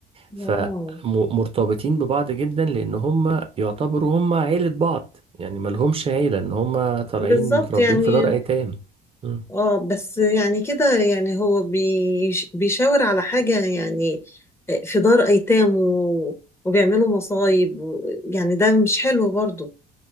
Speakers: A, on the right (about 35°); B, on the left (about 15°).
A: فمرتبطين
B: اه
A: ببعض جدا لان هم يعتبروا هم عيلة بعض يعني ما لهمش عيلة ان هم طالعين
B: بالظبط
A: متربين
B: يعني
A: في دار ايتام مم.
B: اه بس يعني كده يعني هو بيش بيشاور على حاجة يعني آه، في دار أيتام و... وبيعملوا مصايب و... يعني ده مش حلو برضو